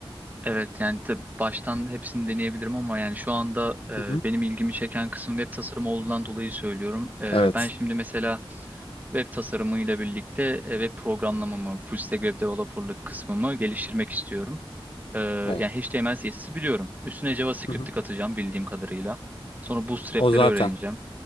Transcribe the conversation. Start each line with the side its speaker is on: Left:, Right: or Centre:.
Right: evet yani tab- baştan hepsini deneyebilirim ama yani şu anda
Left: Hı hı.
Right: e, benim ilgimi çeken kısım web tasarımı olduğundan dolayı söylüyorum. E,
Left: Evet.
Right: ben şimdi mesela Web tasarımıyla birlikte e, web programlamamı, full stack web developerlık kısmımı geliştirmek istiyorum. Ee, yani
Left: Evet.
Right: HTML, CSS'i biliyorum. Üstüne JavaScript'i
Left: Hı hı.
Right: katacağım bildiğim kadarıyla. Sonra Bootstrap'leri
Left: O zaten.
Right: öğreneceğim.